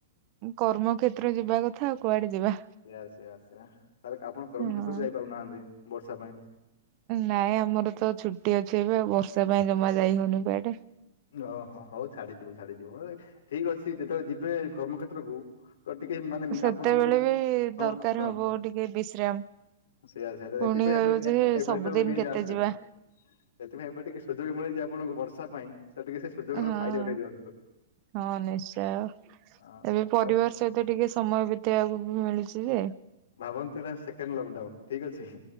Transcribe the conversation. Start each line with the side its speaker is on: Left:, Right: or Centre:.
Right: କର୍ମକ୍ଷତ୍ର ଯିବା କଥା ଆଉ କୁଆଡେ ଯିବା
Left: ସେଇଆ ସେଆ ସେ ତାହେଲେ ଆପଣ କର୍ମକ୍ଷ୍େତ୍ରରେ
Right: ହଁ
Left: ଯାଇପାରୁନାହାନ୍ତି ବର୍ଷା ପାଇଁ
Right: ନାଇଁ ଆମର ତ ଛୁଟି ଅଛି ଏବେ ଆଉ ବର୍ଷା ପାଇଁ ଜମା ଯାଇ ହଉନି କୁଆଡେ।
Left: ଓହୋ ହଉ ଛାଡିଯିବୁ ଛାଡି ଯିବ ଠିକ ଅଛି ଯେତେବେଳେ ଯିବେ କର୍ମକ୍ଷେତ୍ରକୁୁ ଟିକେ ମାନେ
Right: ସେତେବେଳେ
Left: ଆପଣଙ୍କ ଗୋଟେ
Right: ବି
Left: ହଁ
Right: ଦରକାର
Left: ହଁ
Right: ହବ ଟିକେ ବିଶ୍ରାମ
Left: ସେଇଆ ସେଆ
Right: ପୁଣି
Left: ଏଥିପାଇଁ
Right: କହିବ
Left: ଏବେ
Right: ଯେ
Left: ଏବେଠୁ
Right: ସବୁଦିନ
Left: ନେଇଯାଆନ୍ତୁ।
Right: କେତେ ଯିବା
Left: ସେଥିପାଇଁ ଏବେ ଟିକେ ସୁଯୋଗ ମିଳିଛି ଆପଣଙ୍କୁ ବର୍ଷା ପାଇଁ। ତ ଟିକେ ସେ ସୁଯୋଗର
Right: ହଁ
Left: ଫାଇଦା ଉଠେଇ ଦିଅନ୍ତୁ।
Right: ହଁ ନିଶ୍ଚୟ
Left: ଅ
Right: ଏବେ ପରିବାର
Left: ଆଉ
Right: ସହିତ ଟିକେ ସମୟ ବିତେଇବାକୁ ବି ମିଳୁଛି ଯେ
Left: ଭାବନ୍ତୁ ନା ସେକେଣ୍ଡ ଲକଡାଉନ। ଠିକ ଅଛି